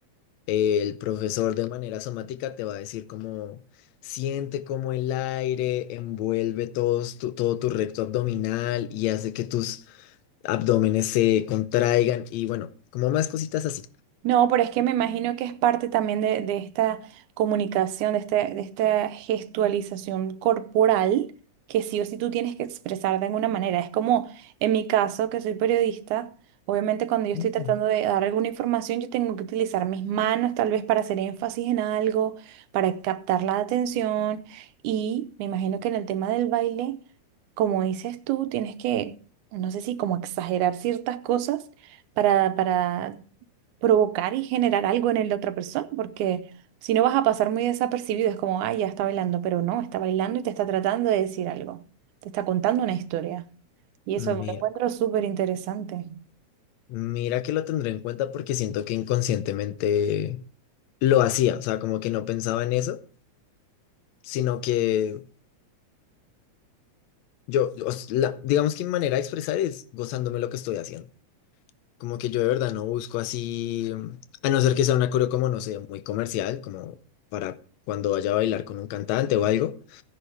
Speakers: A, on the left (about 75°); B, on the right (about 80°).
A: El profesor de manera somática te va a decir cómo siente cómo el aire envuelve todos tu- todo tu recto abdominal y hace que tus abdómenes se contraigan y bueno, como más cositas así.
B: No, pero es que me imagino que es parte también de, de esta comunicación, de, este, de esta gestualización corporal, que sí o sí tú tienes que expresar de alguna manera. Es como en mi caso, que soy periodista, obviamente cuando yo estoy
A: Mm.
B: tratando de dar alguna información, yo tengo que utilizar mis manos tal vez para hacer énfasis en algo, para captar la atención. Y me imagino que en el tema del baile, como dices tú, tienes que, no sé si como exagerar ciertas cosas para, para provocar y generar algo en la otra persona, porque si no vas a pasar muy desapercibido, es como, ay, ya está bailando, pero no, está bailando y te está tratando de decir algo, te está contando una historia. Y eso
A: Mira,
B: lo encuentro súper interesante.
A: mira que lo tendré en cuenta porque siento que inconscientemente lo hacía, o sea, como que no pensaba en eso, sino que yo, yo- os- la- digamos que mi manera de expresar es gozándome lo que estoy haciendo. Como que yo de verdad no busco así, mm, a no ser que sea una coreo como, no sé, muy comercial, como para cuando vaya a bailar con un cantante o algo,